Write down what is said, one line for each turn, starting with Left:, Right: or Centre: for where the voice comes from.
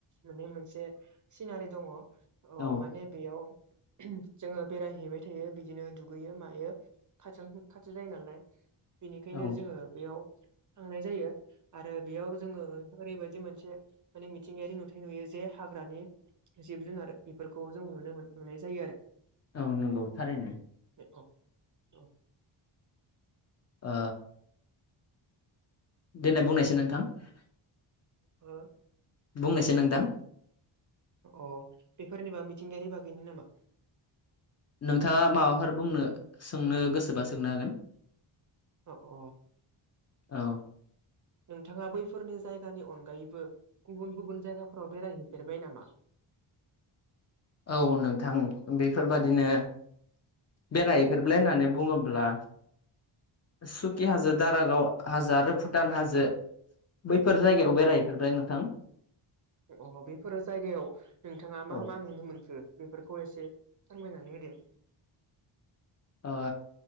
Right: माने मोनसे सिनारि दङ ओ
Left: औ
Right: माने बेयाव जोङो बेरायहैबाय थायो । बिदिनो दुगैयो मायो खाथियावनो खाथि जायो नालाय बेनिखायनो
Left: औ औ
Right: जोङो बेयाव थांनाय जायो । आरो बेयाव जोङो ओरैबायदि मोनसे माने मिथिंगायारि नुथाय थाय नुयो जे हाग्रानि जिब जुनार बेफोरखौ जों नुनो मोननाय जायो आरो
Left: औ नंगौ थारैनो
Right: <unintelligible> अ
Left: ओ देनाय बुंनायसै नोंथां ।
Right: हो
Left: बुंनायसाय नोंथां
Right: अ बेफोरनिबा मिथिंगायारि बागैनो नामा?
Left: नोंथाङा माबाफोर बुंनो सोंनो गोसोबा सोंनो हागोन।
Right: अ अ
Left: औ
Right: नोंथांआ बैफोरनि जायगानि अनगायैबो गुबुन गुबुन जायगाफोराव बेरायहैफेरबाय नामा? <inaudible>
Left: औ नोंथां बेफोरबादिनो बेरायहै फेरबाय होननानै बुङोब्ला सुखि हाजो दारागाव हाजो आरो भुटान हाजो बैफोर जायगायाव बेरायहैफेरबाय नोंथां
Right: अ बेफोरो जायगायाव नोंथाङा
Left: औ
Right: मा मा नुनो मोनखो बेफोरखौ एसे फोरमायनानै होदो
Left: ओ